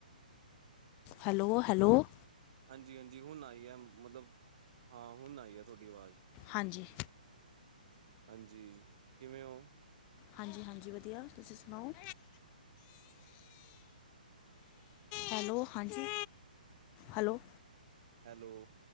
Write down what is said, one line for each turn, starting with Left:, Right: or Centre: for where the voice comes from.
Left: ਹੈਲੋ-ਹੈਲੋ।
Right: ਹਾਂਜੀ ਹਾਂਜੀ ਹੁਣ ਆਈ ਹੈ। ਮਤਲਬ ਹਾਂ ਹੁਣ ਆਈ ਹੈ ਤੁਹਾਡੀ ਆਵਾਜ਼। <unintelligible>
Left: ਹਾਂਜੀ।
Right: ਹਾਂਜੀ ਕਿਵੇਂ ਹੋ?
Left: ਹਾਂਜੀ ਹਾਂਜੀ ਵਧੀਆ ਤੁਸੀਂ ਸੁਣਾਓ ਹੈਲੋ ਹਾਂਜੀ ਹੈਲੋ
Right: ਹੈਲੋ।